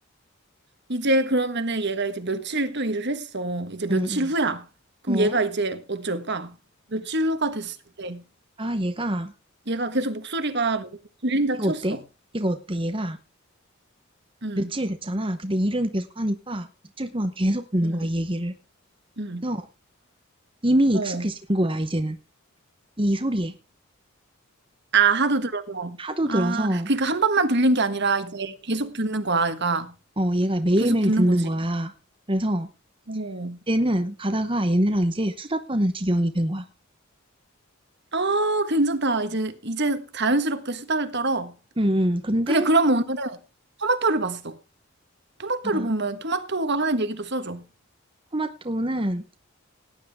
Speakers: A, on the right; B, on the right.
A: 이제 그러면은 얘가 이제 며칠 또 일을 했어. 이제 며칠
B: 응, 응.
A: 후야. 그럼
B: 어?
A: 얘가 이제 어쩔까? 며칠 후가 됐을 때
B: 아, 얘가,
A: 얘가 계속 목소리가 막 들린다
B: 이거
A: 쳤어.
B: 어때? 이거 어때? 얘가
A: 응,
B: 며칠 됐잖아. 근데 일은 계속 하니까 며칠 동안 계속 듣는
A: 응,
B: 거야, 이 얘기를.
A: 응.
B: 그래서 이미
A: 어.
B: 익숙해진 거야, 이제는. 이 소리에.
A: 아, 하도 들어서.
B: 하도
A: 아,
B: 들어서,
A: 그러니까 한 번만 들린 게 아니라 이제 계속 듣는 거야, 얘가.
B: 어, 얘가 매일매일
A: 계속 듣는
B: 듣는
A: 거지.
B: 거야. 그래서
A: 어.
B: 얘는 가다가 얘네랑 이제 수다 떠는 지경이 된 거야.
A: 아, 괜찮다. 이제, 이제 자연스럽게 수다를 떨어.
B: 음, 음. 근데,
A: 그래, 그럼 오늘은 토마토를 봤어. 토마토를
B: 아,
A: 보면 토마토가 하는 얘기도 써줘.
B: 토마토는,